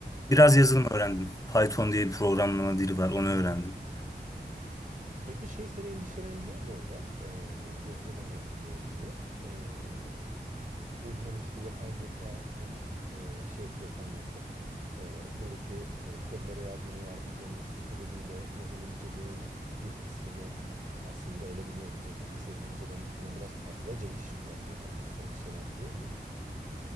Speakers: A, on the right; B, on the left.
A: Ha.
B: biraz yazılım öğrendim. Python diye bir programlama dili var, onu öğrendim.
A: Hı. Peki şey seni endişelendiriyor mu orada Ee, yazılım alanı ile ilgili? Ee, bu hani işte yapay zekanın e, şey yapacak olması, e, buradaki e, kodları yazmaya yardımcı olması sebebiyle yazılımcılığın bir kısmını aslında elimine edecek olması, yazılımcıların üstünden biraz fazlaca iş yükü alacak olması endişelendiriyor mu?